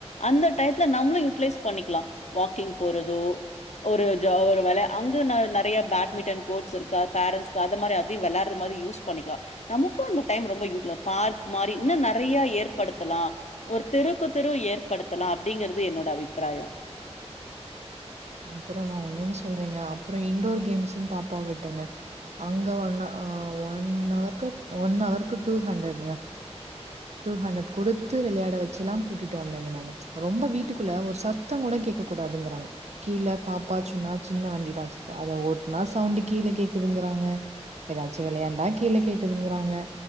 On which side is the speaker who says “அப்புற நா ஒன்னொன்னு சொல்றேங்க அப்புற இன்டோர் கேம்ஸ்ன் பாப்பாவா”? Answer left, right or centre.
Right